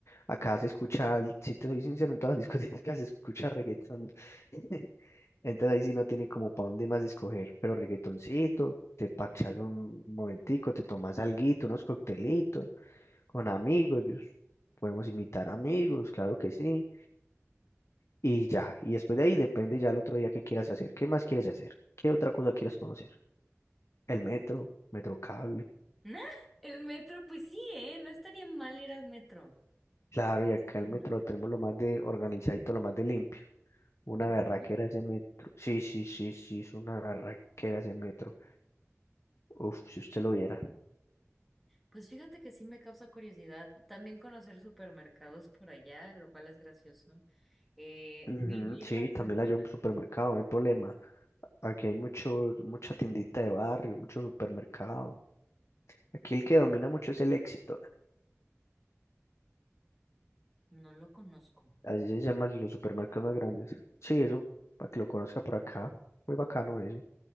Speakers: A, on the left; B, in the centre.
A: Acá se escucha, si te soy sincero, en todas las <laughs> discotecas se escucha reggaetón. <laughs> Entonces ahí sí no tiene como para dónde más escoger, pero reggaetoncito, te parchas un momentico, te tomas alguito, unos coctelitos con amigos, yo- podemos invitar amigos, claro que sí y ya. Y después de ahí depende ya el otro día qué quieras hacer. ¿Qué más quieres hacer? ¿Qué otra cosa quieres conocer? El metro, metro cable.
B: Nah, el metro, pues sí, ¿eh? No estaría mal ir al metro.
A: Claro, y acá el
B: Ajá.
A: metro lo tenemos lo más de organizadito, lo más de limpio. Una
B: ¿En
A: berraquera
B: serio?
A: ese metro. Sí, sí, sí, sí, es una berraquera ese metro. Uf, si usted lo viera.
B: Pues fíjate que sí me causa curiosidad también conocer supermercados por allá, lo cual es gracioso. Eh,
A: Ujú,
B: vivir
A: sí,
B: la
A: también
B: cultura,
A: la llevo a un supermercado, no hay problema. Aquí hay mucho, mucha tiendita de barrio, mucho supermercado. Aquí el que domina mucho es el Éxito.
B: no lo conozco.
A: Así se llaman los supermercados más grandes. Sí, eso, para que lo conozca por acá. Muy bacano eso.